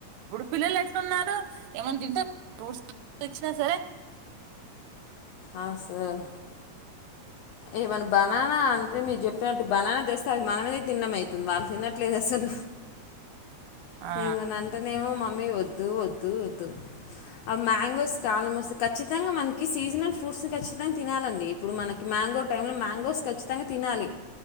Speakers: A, on the right; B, on the left.
A: ఇప్పుడు పిల్లలు ఎట్లున్నారు ఏమన్నా తింటే ఫ్రూట్స్ తెచ్చినా సరే
B: అ సార్ ఏమనా బనానా అంటే మీరు చెప్పినట్టు బనానా తెస్తే అవి మనమే తిన్నమ అవుతుంది వాళ్ళు తినట్లేదు అసలు
A: ఆ
B: ఏమన అంటేనేమో మా మీ వద్దు ఓ తు వదు అవి మ్యాంగోస్ కాలం వస్తుంది ఖచ్చితంగా మనకి సీజనల్ ఫ్రూట్స్ని ఖచ్చితంగా తినాలండి ఇప్పుడు మనకి మ్యాంగో టైంలో మ్యాంగోస్ ఖచ్చితంగా తినాలి